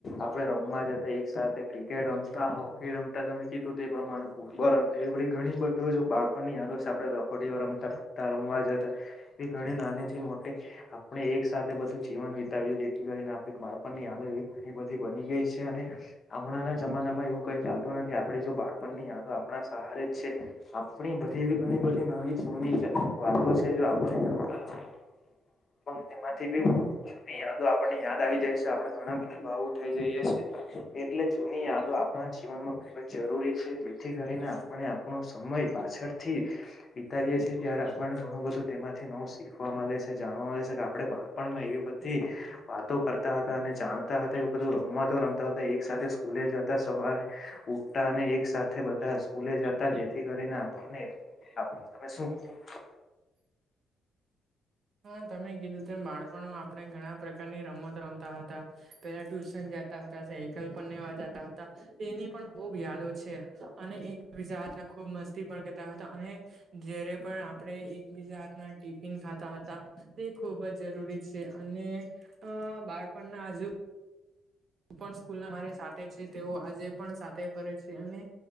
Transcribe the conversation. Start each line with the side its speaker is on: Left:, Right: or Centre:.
Left: આપડે રમવા જતા એક સાથે ક્રિકેટ રમતા હોકી રમતા તમે કીધું તે પ્રમાણે થી ફૂટબૉલ રમતા ઘણી બધું જો બાળપણની યાદ રખોડીઓ રમતા પતા રમવા જતાએ ઘણી નાનીથી મોટી આપણે એક સાથે બધું જીવન વિતાવ્યું જેથી કરીને આપણે બાળપણની હાલત એવી ઘણી બધી બની ગઈ છે અને હમણાં ના જમાનામાં એવું કઈ ચાલતું નથી આપડી જો બાળપણની યાદોં આપણા સહારેજ છે આપણી બધી એવી ઘણી બધી નવી જૂની વાતો છે આપણે <unintelligible> જાતા પણ એમાંથી
Right: <inaudible>
Left: યાદો આપણને યાદ આવી જાય છે આપડણે ઘણા બધા ભાવુક થઈ જઈએ છીએ એટલે જૂની યાદો આપણા જીવનમાં ખૂબ જરૂરી છે જેથી કરીને આપણે આપણો સમય પાછળથી વિતા ી ત્યારે આપણને ઘણું બધું તેમાંથી નવું શીખવા મળે છે જાણવા મળે છે કે આપણે પણ એવી બધી વાતો કર અને જાણતા હતા એ બધું રમતો રમતા હતા એક સાથે સ્કૂલે જતા સવારે ઉઠતા અને એક સાથે બધા સ્કૂલે જ હતા જેથી કરીને આપુને- તમે શું <unintelligible>
Right: <inaudible> હા તમે કીધું તેમ બાળપણમાં આપણે ઘણા પ્રકારની રમત રમતા હતા. પેલા ટ્યુશન જતા હતા સાયકલ પણ લેવા જતા હતા એની પણ ખુબ યાદો છે અને એકબીજા હથના ખૂબ મસ્તી પણ કરતા હતા અને જ્યારે પણ આપે એકબીજા ના ટિફિન ખા હતા તે ખૂબ જ જરૂરી છે અને બાળપણના અજુ પણ સ્કૂલ મારી સાથે છે તેઓ આજે પણ સાથે ફરે છે અને